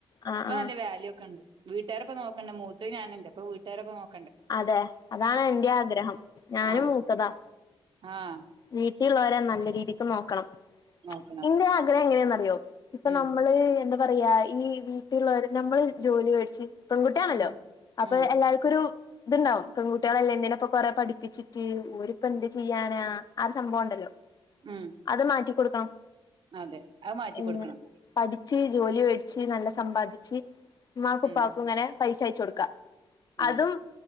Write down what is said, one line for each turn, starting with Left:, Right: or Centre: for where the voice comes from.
Left: ആഹ്
Right: ഇപ്പൊ
Left: ആഹ്
Right: നല്ല വാല്യൂ ഒക്കെണ്ട് വീട്ടാരെപ്പനോക്കെണ്ട മൂത്തെ ഞാനല്ലെ ഇപ്പ വീട്ടാരെക്കെ നോക്ക്
Left: അതെ അതാണെന്റെയും ആഗ്രഹം ഞാനും
Right: ആഹ്
Left: മൂത്തതാ
Right: ആഹ്
Left: വീട്ടി ട്ടിളോരെ നല്ലരീതിക്ക് നോക്കണം
Right: നോക്കണം
Left: ഇന്റെആഗ്രഹം എങ്ങനെന്നറിയോ ഇപ്പൊ
Right: ഉം
Left: നമ്മള് എന്താ പറയാ ഈ വീട്ടില്ള്ളോര് നമ്മള് ജോലി മേടിച്ച് പെൺകുട്ട്യാണല്ലോ
Right: ഉം
Left: അപ്പൊ
Right: ഉം
Left: എല്ലാര്കൊര് ഇത്ണ്ടാവും പെങ്കുട്യാളെല്ലെ എന്തിനാ ഇപ്പോ കൊറെ പഠിപ്പിച്ചിട്ട് ഓരിപ്പെന്ത് ചെയ്യാനാ ആ ഒരു സംബോണ്ടല്ലോ
Right: ഉം
Left: അത് മാറ്റിക്കൊടുക്കണം
Right: അതെ അത് മാറ്റി
Left: ഏ
Right: കൊടുക്കണം
Left: പഠി ച്ച് ജോലിവേട്ച്ച് നല്ല സമ്പാദിച്ച് ഇമ്മാക്കുപ്പാക്കും
Right: ഉം
Left: ങ്ങനെ പൈസയച്ചൊട് കാ
Right: അതെ
Left: അതും